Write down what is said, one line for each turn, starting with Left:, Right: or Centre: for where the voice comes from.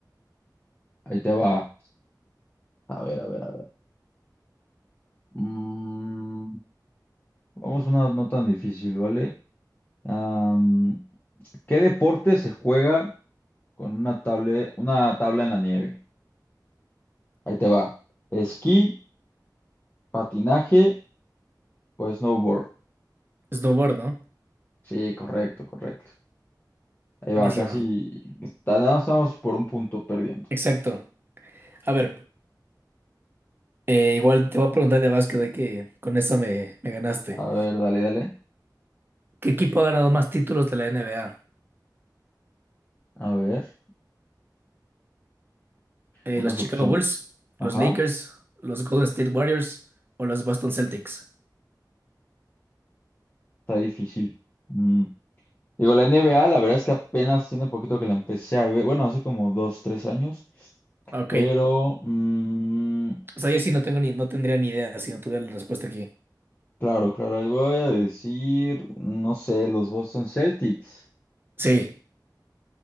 Left: <laughs> ahí te va. A ver, a ver, a ver. Mm, vamos a una no tan difícil, ¿vale? Am, ¿qué deporte se juega con una tabla, una tabla en la nieve? Ahí te va. ¿Esquí, patinaje o snowboard?
Right: Snowboard, ¿no?
Left: Sí, correcto, correcto. Ahí
Right: Buenísima.
Left: va, casi está- nada más estamos por un punto perdiendo.
Right: Exacto. A ver, eh, igual te voy a preguntar de básquet, de que con eso me, me ganaste.
Left: A ver, dale, dale.
Right: ¿Qué equipo ha ganado más títulos de la NBA?
Left: A ver,
Right: eh,
Left: unas
Right: los Chicago
Left: opciones.
Right: Bulls,
Left: Ajá.
Right: los Lakers, los Golden State Warriors o los Boston Celtics.
Left: Está difícil. Mm. Digo, la NBA, la verdad es que apenas tiene poquito que la empecé a ver. Bueno, hace como dos, tres años.
Right: Ah, Ok.
Left: Pero, mm,
Right: O sea, yo sí no tengo ni, no tendría ni idea si no tuviera la respuesta aquí.
Left: claro, claro, ahí voy a decir, no sé, los Boston Celtics.
Right: Sí.